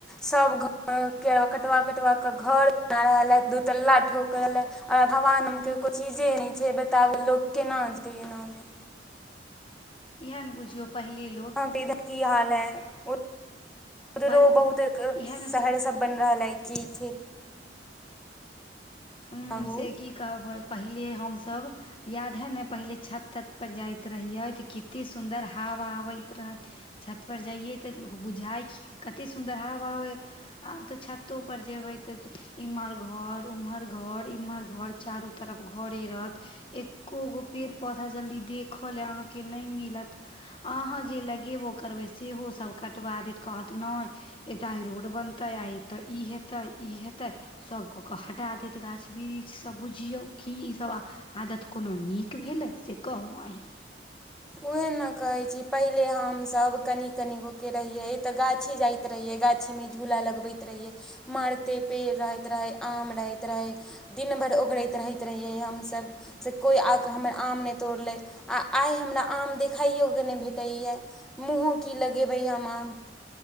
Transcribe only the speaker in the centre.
सब घर के कटबा- कटबा कऽ घर बना रहल ए दूतल्ला ठोक रहल हें। आ भगवान के कोइ चीजे नै छै बताबु लोक केना जीतै एना मे।
हॅं तऽ इधर के इ हाल है उधरो
बहुत
शहर
सब बनि रहल अइ की की?
कहू
उहे ने कहै छी पहिले हम सब कनि- कनिगो के रहियै त गाछी जाय त रहियै गाछी मे झूला लगबैत रहियै मारते पेड़ रहैत रहै आम रहैत रहै दिन भर ओगरैत रहैत रहियै हमसब से कोइ आ कऽ हमर आम नै तोड़ लै। आ आइ हमरा आम देखाइयो के नै भेटैये मुँहो की लगेबै हम आम।